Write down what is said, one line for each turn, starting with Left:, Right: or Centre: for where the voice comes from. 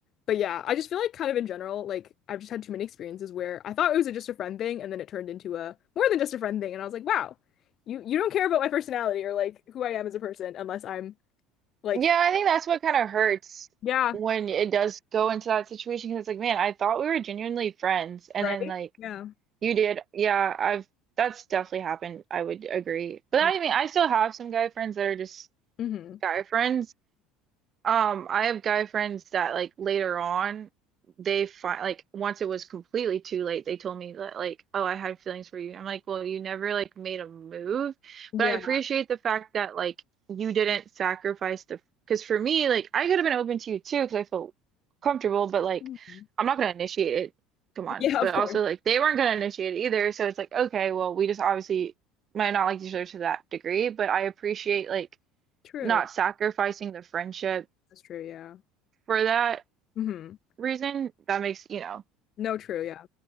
Left: but yeah, I just feel like kind of in general, like I've just had too many experiences where I thought it was a, just a friend thing, and then it turned into a more than just a friend thing. And I was like, wow, you you don't care about my personality or like who I am as a person unless I'm like
Right: Yeah, I think that's what kind of hurts
Left: yeah,
Right: when it does go into that situation because it's like, man, I thought we were genuinely friends, and
Left: right?
Right: then like
Left: Yeah.
Right: you did. Yeah, I've that's definitely happened. I would agree, but
Left: Yeah.
Right: I mean, I still have some guy friends that are just
Left: hmm
Right: guy friends. Um, I have guy friends that like later on they find like once it was completely too late, they told me that like, oh, I had feelings for you. I'm like, well, you never like made a move.
Left: Yeah.
Right: But I appreciate the fact that like you didn't sacrifice the because for me, like I could have been open to you too because I felt comfortable, but like
Left: Mhm.
Right: I'm not gonna initiate it. Come on.
Left: Yeah,
Right: But
Left: of course.
Right: also like they weren't gonna initiate it either. So it's like, okay, well, we just obviously might not like each other to that degree, but I appreciate like
Left: True.
Right: not sacrificing the friendship
Left: That's true, yeah.
Right: for that
Left: hmm
Right: reason, that makes, you know,
Left: No, true, yeah.